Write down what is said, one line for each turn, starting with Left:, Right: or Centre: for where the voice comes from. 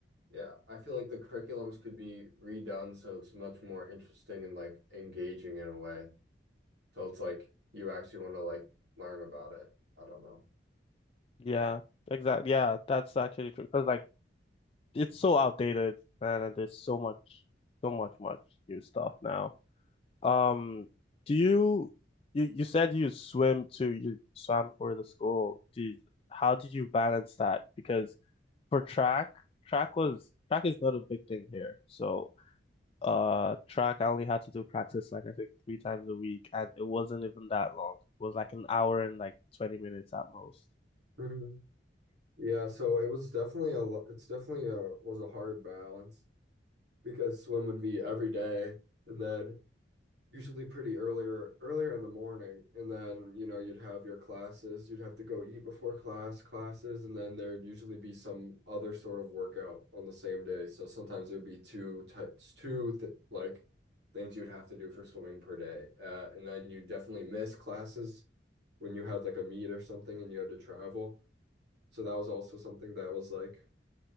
Right: yeah, I feel like the curriculums could be redone so it's much more interesting and like engaging in a way. So it's like you actually want to like learn about it. I don't know.
Left: Yeah, exactly. Yeah, that's actually true. Because like it's so outdated, man, and there's so much, so much, much new stuff now. Um, do you you you said you swim to you swam for the school. Do you, how did you balance that? Because for track, track was track is not a big thing here, so Uh, track, I only had to do practice like I think three times a week, and it wasn't even that long. It was like an hour and like 20 minutes at most.
Right: hmm Yeah, so it was definitely a, lo- it's definitely a, was a hard balance because swim would be every day and then usually pretty earlier earlier in the morning and then you know you'd have your classes you'd have to go eat before class classes and then there'd usually be some other sort of workout on the same day so sometimes it would be two types two th like things you'd have to do for swimming per day uh, and then you definitely miss classes when you had like a meet or something and you had to travel so that was also something that was like